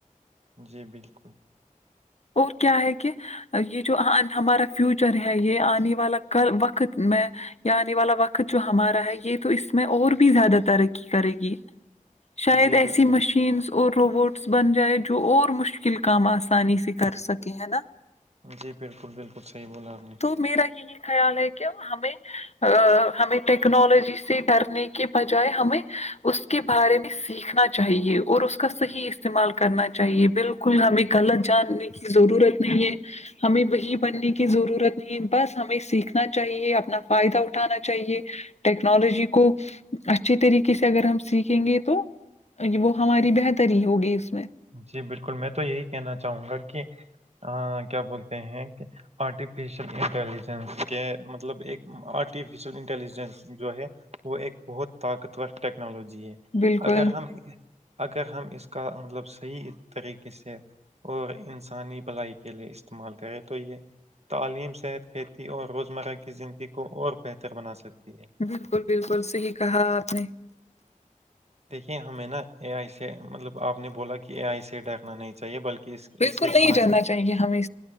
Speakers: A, on the right (about 50°); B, on the left (about 55°).
A: جی بالکل
B: اور کیا ہے کہ یہ جو ہمارا فیوچر ہے یہ آنے والا وقت میں آنے والا وقت جو ہمارا ہے یہ تو اس میں اور بھی زیادہ ترقی کرے گی شاید
A: جی
B: ایسی
A: بالکل
B: مشینس اور روبوٹس بن جائے جو اور مشکل کام آسانی سے کر سکے ہے نا
A: جی بالکل بالکل صحیح بولا آپ نے
B: تو میرا یہی خیال ہے کہ ہمیں ہمیں ٹیکنالوجی سے ڈرنے کے بجائے ہمیں اس کے بارے میں سیکھنا چاہیے اور اس کا صحیح استعمال کرنا چاہیے بالکل ہمیں غلط جاننے کی ضرورت نہیں ہے ہمیں وہی بننے کی کی ضرورت نہیں ہے بس ہمیں سیکھنا چاہیے اپنا فائدہ اٹھانا چاہیے ٹیکنالوجی کو اچھی طریقے سے اگر ہم سیکھیں گے تو وہ ہماری بہتری ہوگی اس میں
A: جی بالکل میں تو یہی کہنا چاہوں گا کہ کیا بولتے ہیں کہ آرٹیفیشیل انٹیلیجنس کے مطلب ایک آرٹیفیشیل انٹیلیجنس جو ہے وہ ایک بہت طاقتور ٹیکنالوجی ہے
B: بالکل
A: اگر ہم اگر ہم اس کا مطلب صحیح طریقے سے اور انسانی بھلائی کے لیے استعمال کرے تو یہ تعلیم صحت کھیتی اور روزمرہ کی زندگی کو اور بہتر بنا سکتی ہے
B: بالکل بالکل صحیح کہا آپ نے
A: دیکھیے ہمیں نا اے آئی سے مطلب آپ نے بولا کہ اے آئی سے ڈرنا نہیں چاہیے بلکہ اس
B: بالکل
A: اسے
B: نہیں
A: سمجھ
B: ڈرنا چاہیے ہمیں